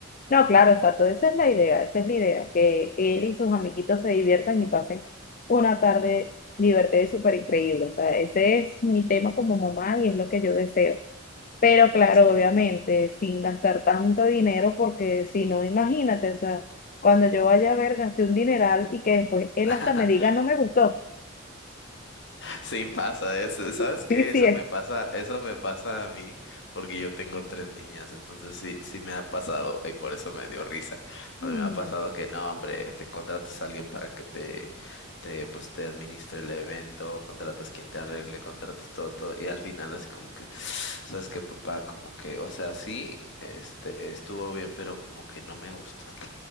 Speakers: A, on the left; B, on the left.
A: No, claro, exacto. Esa es la idea, esa es la idea, que él y sus amiguitos se diviertan y pasen una tarde divertida y súper increíble. O sea, ese es mi tema como mamá y es lo que yo deseo. Pero claro,
B: Sí.
A: obviamente, sin gastar tanto dinero, porque si no, imagínate, o sea, cuando yo vaya a ver, gasté un dineral y que después él
B: <laughs>
A: hasta me diga, no me gustó.
B: Sí pasa, es- ¿sabes
A: <laughs>
B: qué?
A: Sí, sí,
B: Eso
A: es.
B: me pasa,
A: <laughs>
B: eso me pasa a mí porque yo tengo tres niñas, entonces sí, sí me ha pasado y por eso me dio risa, porque
A: Mm,
B: me ha pasado que no, hombre, te contratas a alguien para que te, te, pues te administre el evento, contratas quien te arregle, contratas todo, todo y al final así como que, <sighs> ¿sabes qué, papá? Como que, o sea, sí, este, estuvo bien, pero como que no me gustó.